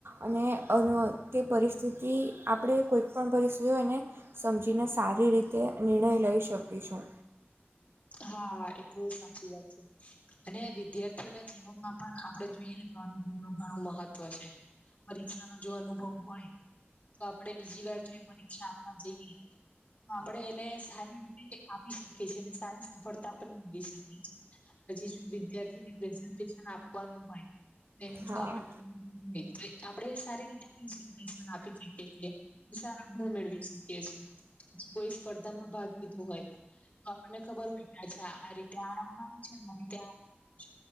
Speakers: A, on the right; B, on the left.
A: અને અન તે પરિસ્થિતિ આપણે કોઈક પણ પરિસ્થિતિ હોયને સમજીને સારી રીતે નિર્ણય લઈ શકીશું
B: હા એટલુ તો સાચી વાત છે અને વિદ્યાર્થીઓના જીવનમાં પણ આપણે જોઈએ નુ નું ઘણું મહત્વ છે પરીક્ષા નો જો અનુભવ હોય તો આપડે બીજીવાર જો એ પરીક્ષા આપવા જઈએ તો આપણે એને સારી રીતે આપી શીખીએ છીએ અને સાયન્સ સફળતા પણ મેળવી શકીએ છે પછી જો વિદ્યાર્થીને પ્રેઝન્ટેશન આપવાનું હોય એનું
A: હા.
B: જો આપ <unintelligible> તો આપણેે સારી <unintelligible> આપી શકીએ છીએ <unintelligible> મેળવી શકીએ છીએ પછ કોઈ સ્પર્ધામાં ભાગ લીધો હોય તો આપણને ખબર હોય કે અચ્છા આ રીતે આ રમવાનું છે ને આ રીતે આ રમવાનું છે